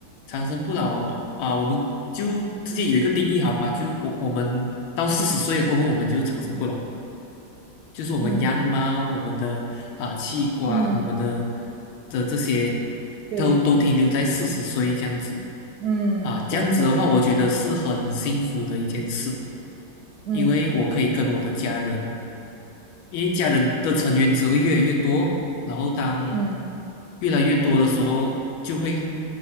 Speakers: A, on the left (about 85°); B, on the right (about 75°).
A: 长生不老啊，我们就直接有一个定义好吧？就我我们到四十岁过后，我们就长生不老，就是我们样貌、
B: 嗯
A: 我们的啊器官、
B: 嗯，
A: 我们的的这些
B: 对，
A: 都都停留在四十岁这样子
B: 嗯对，
A: 啊，这样子的话，
B: 可以，
A: 我觉得是很幸福的一件事。
B: 嗯
A: 因为我可以跟我的家人因为家人的成员只会越来越多，然后当
B: 嗯，
A: 越来越多的时候，就会